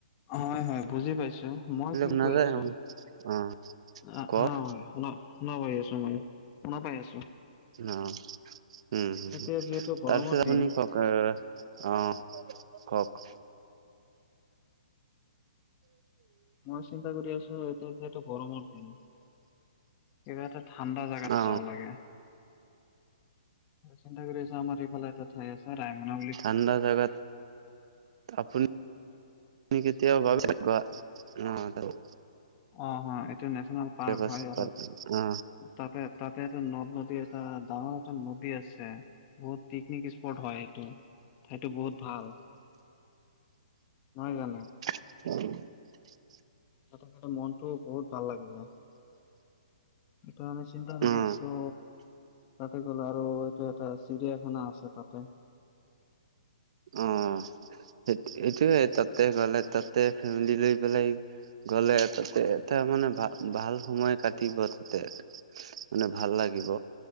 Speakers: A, on the left; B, on the right.
A: হয় হয় বুজি পাইছো? মই কি
B: শুনা
A: কৈ
B: যায়
A: আছো?
B: অ
A: অ
B: কওক
A: অ হয় শুন শুন পি আছো মই শুনৰ পাই আছো।
B: অ উম
A: এতিয়া
B: হ
A: যিহেতু
B: তাৰপিছত
A: গৰমৰ দিন
B: আপুনি কওক? অঁ অ কওক?
A: মই চিন্তা কৰি আছো এতিয়া যিহেতু গৰমৰ দিন কিবা এটা ঠাণ্ডা জাগাত
B: অ
A: যাব লাগে। চিন্তা কৰি আছ আমাৰ এইফালে এটাত। চাই আছ ৰাই মন '
B: ঠাণ্ডা জাগাত আপুনি তুমি কেতিয়া ভাবিছা কোৱা, উম।
A: অঁ অঁ এইটো নেচনেল পাৰ্ক
B: পাছত
A: হয় আৰু
B: অ
A: তাতে তাতে এটা ন ন তে এটা ডাঙৰ এটা নদী আছে, বহুত পিকনিক স্পট হয় এইটো। সেইটো বহুত ভাল নহয় জানো।
B: <unintelligible>
A: তাত কিন্তু মনতো বহুত ভাল লাগি যায়। এইটো আমি চিন্তা কৰি
B: অ
A: আছো তাতে গল আৰু এইটো এটা চিৰিয়াখানা আছে। তাত
B: অঁ সেই সেইটোয়ে তাতে গ'লে তাতে ফেমিলি লৈ পেলাই গ'লে তাতে তাৰ মানে ভাল ভাল সময় কাটিব তাতে। মানে ভাল লাগিব,